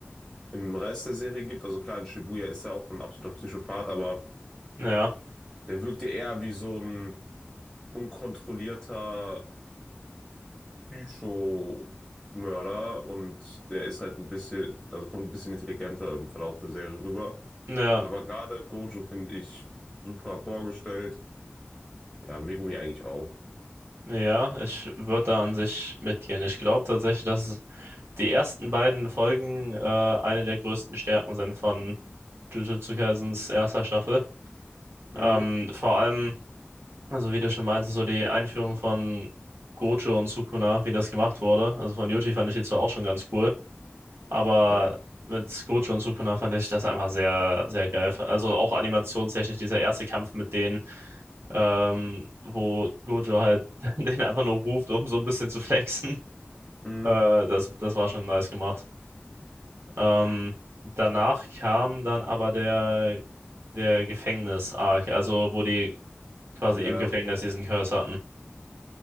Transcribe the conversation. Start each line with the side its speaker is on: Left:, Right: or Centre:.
Centre: im Rest der Serie gibt. Also, klar, in Shibuya ist er auch ein absoluter Psychopath, aber
Right: ja,
Centre: Der wirkte eher wie so ein unkontrollierter Psycho-Mörder und der ist halt ein bisschen, also kommt ein bisschen intelligenter im Verlauf der Serie rüber.
Right: ja,
Centre: Aber gerade Gojo finde ich super vorgestellt. Ja, Megumi eigentlich auch.
Right: ja, ich würde da an sich mitgehen. Ich glaube tatsächlich, dass die ersten beiden Folgen äh, eine der größten Stärken sind von Jujutsu Kaisens erster Staffel.
Centre: Mhm,
Right: Ähm, vor allem, also wie du schon meintest, so die Einführung von Gojo und Sukuna, wie das gemacht wurde. Also von Yuji fand ich die zwar auch schon ganz cool, Aber
Centre: ja,
Right: mit Gojo und Sukuna fand ich das einfach sehr, sehr geil. Also auch animationstechnisch, dieser erste Kampf mit denen, ähm, wo Gojo halt <laughs> den einfach nur ruft, um so ein bisschen zu flexen. <laughs>
Centre: mhm,
Right: Äh, das, das war schon nice gemacht. Ähm, danach kam dann aber der, der Gefängnis-Arc, also wo die quasi
Centre: ja.
Right: im Gefängnis diesen Curse hatten.